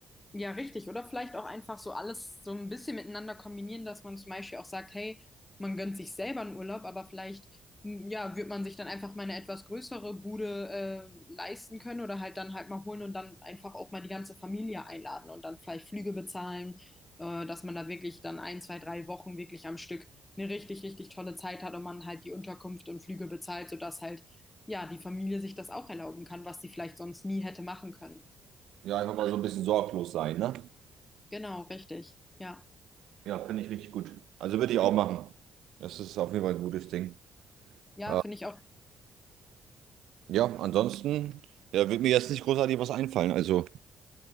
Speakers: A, on the left (about 15°); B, on the right (about 80°).
A: Ja, richtig. Oder vielleicht auch einfach so alles so ein bisschen miteinander kombinieren, dass man zum Beispiel auch sagt, hey, man gönnt sich selber einen Urlaub, aber vielleicht, m, ja, wird man sich dann einfach mal eine etwas größere Bude, äh, leisten können oder halt dann halt mal holen und dann einfach auch mal die ganze Familie einladen und dann vielleicht Flüge bezahlen, äh, dass man da wirklich dann ein, zwei, drei Wochen wirklich am Stück eine richtig, richtig tolle Zeit hat und man halt die Unterkunft und Flüge bezahlt, sodass halt, ja, die Familie sich das auch erlauben kann, was sie vielleicht sonst nie hätte machen können.
B: Ja, einfach mal so ein bisschen sorglos sein, ne?
A: Genau, richtig. Ja.
B: Ja, finde ich richtig gut. Also würde ich auch machen. Das ist auf jeden Fall ein gutes Ding.
A: Ja,
B: Äh,
A: finde ich auch.
B: ja, ansonsten, ja, wird mir jetzt nicht großartig was einfallen. Also,